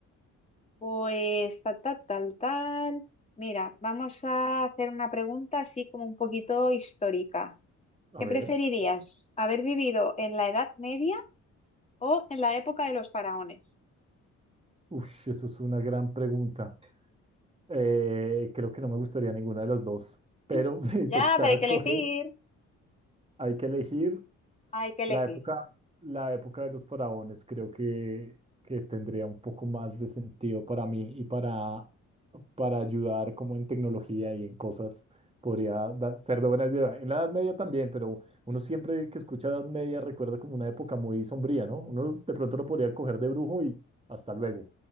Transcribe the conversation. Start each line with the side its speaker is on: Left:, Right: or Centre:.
Left: Pues tal, tal, tal, tal. Mira, vamos a hacer una pregunta así como un poquito histórica.
Right: A
Left: ¿Qué
Right: ver,
Left: preferirías, haber vivido en la Edad Media o en la época de los faraones?
Right: Uf, eso es una gran pregunta. Eh, creo que no me gustaría ninguna de las dos, pero
Left: <laughs>
Right: <laughs> si
Left: Ya,
Right: tocara
Left: pero hay
Right: escoger,
Left: que elegir,
Right: hay que elegir
Left: hay que elegir.
Right: La época, la época de los faraones creo que, que tendría un poco más de sentido para mí y para, para ayudar como en tecnología y en cosas podría da- ser de buena ayuda. En la Edad Media también, pero uno siempre que escucha Edad Media recuerda como una época muy sombría, ¿no? Uno de pronto lo podría coger de brujo y hasta luego,